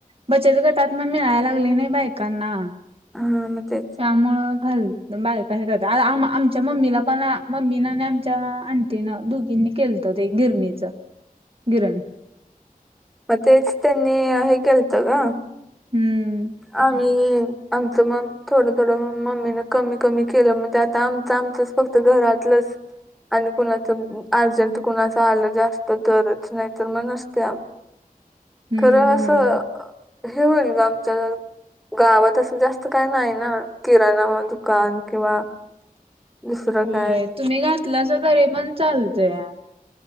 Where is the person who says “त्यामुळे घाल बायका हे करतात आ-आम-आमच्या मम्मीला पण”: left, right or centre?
Right